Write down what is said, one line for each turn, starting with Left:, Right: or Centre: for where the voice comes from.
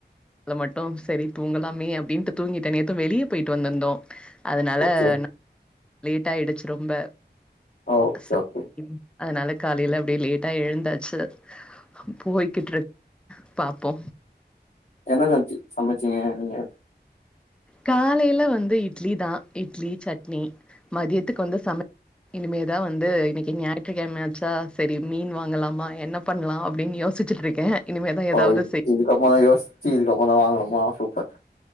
Centre: யுல மட்டு செரி தூங்கலாமே அப்டீன்ட்டு தூங்கிட்டே நேத்து வெளியே போயிட்டு வந்திருந்தோ அதனால
Left: ஓகே
Centre: நா லேட்டாயிடுச்சு ரொம்ப
Left: ஓகே
Centre: ச
Left: ஓகே
Centre: ம் அதனால காலையில அப்டியே லேட்டா எழுந்தாச்சு போய்கிட்ருக்கு ப்போ
Left: என்ன லன்ச்சு சமச்சீங்க நீங்க
Centre: காலையில வந்து இட்லி தா இட்லி சட்னி மதியத்துக்கு வந்து சம இனிமேதா வந்து இன்னிக்கி ஞாயிற்றுக்கெழமையாச்சா செரி மீன் வாங்கலாமா என்ன பண்லா அப்டீன்னு யோசிச்சுட்ருக்கே இனிமேதா ஏதாவது
Left: ஓ இ
Centre: செய்
Left: இதுக்கப்புறோ தா யோசிச்சு இதுக்கறமா தா வாங்கணுமா சூப்பர்